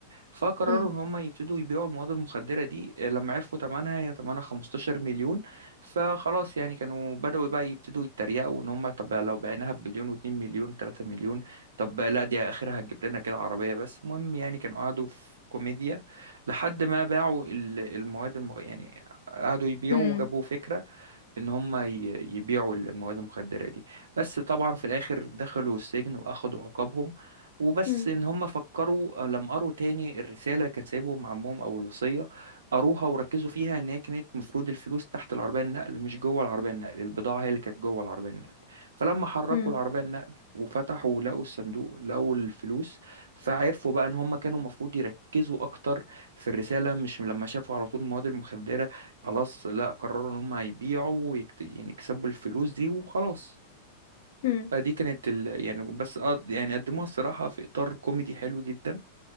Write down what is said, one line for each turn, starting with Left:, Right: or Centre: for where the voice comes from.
Right: فقرروا
Left: مم.
Right: ان هم يبتدوا يبيعوا المواد المخدره دي آه، لما عرفوا ثمنها هي ثمنها 15 مليون فخلاص يعني كانوا بدأوا بقى يبتدوا يتريقوا ان هم طب لو بعناها بمليون و2 مليون 3 مليون طب لا دي اخرها هتجيب لنا كده عربيه بس المهم يعني كانوا قعدوا في كوميديا لحد ما باعوا ال- المواد المغ... يعني قعدوا يبيعوا
Left: مم.
Right: وجابوا فكره ان هم ي- يبيعوا المواد المخدرة دي بس طبعا في الاخر دخلوا السجن واخدوا عقابهم وبس
Left: مم.
Right: ان هم فكروا لما قروا تاني الرسالة اللي كان سايبهم عمهم او الوصية قروها وركزوا فيها ان هي كانت مفروض الفلوس تحت العربية النقل مش جوه العربية النقل البضاعة هي اللي كانت جوه العربية النقل فلما حركوا
Left: مم.
Right: العربية النقل وفتحوا ولقوا الصندوق لقوا الفلوس فعرفوا بقى ان هم كانوا المفروض يركزوا اكتر في الرسالة مش لما شافوا على طول المواد المخدرة خلاص لا قرروا ان هم هيبيعوا ويكت... يعني يكسبوا الفلوس دي وخلاص
Left: مم.
Right: فدي كانت ال... يعني بس أ- يعني قدموها الصراحة في إطار كوميدي حلو جدا